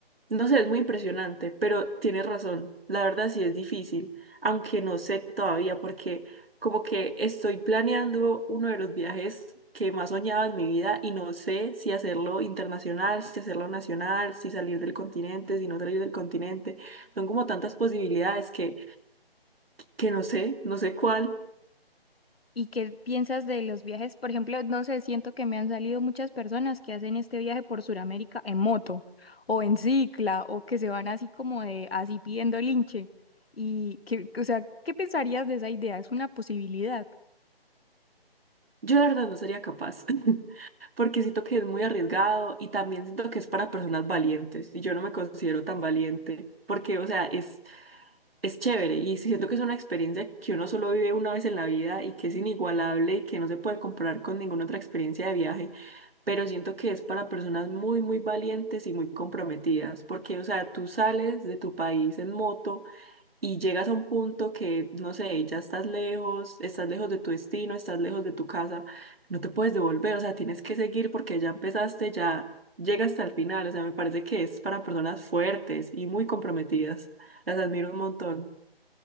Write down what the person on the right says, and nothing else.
no sé, es muy impresionante, pero tienes razón. La verdad sí es difícil, aunque no sé todavía porque como que estoy planeando uno de los viajes que más soñaba en mi vida y no sé si hacerlo internacional, si hacerlo nacional, si salir del continente, si no salir del continente. Son como tantas posibilidades que, que no sé, no sé cuál.
Yo la verdad no sería capaz, <laughs> porque siento que es muy arriesgado y también siento que es para personas valientes y yo no me considero tan valiente, porque o sea, es es chévere y siento que es una experiencia que uno solo vive una vez en la vida y que es inigualable y que no se puede comparar con ninguna otra experiencia de viaje, pero siento que es para personas muy, muy valientes y muy comprometidas, porque, o sea, tú sales de tu país en moto y llegas a un punto que, no sé, ya estás lejos, estás lejos de tu destino, estás lejos de tu casa, no te puedes devolver, o sea, tienes que seguir porque ya empezaste, ya llega hasta el final, o sea, me parece que es para personas fuertes y muy comprometidas. Las admiro un montón.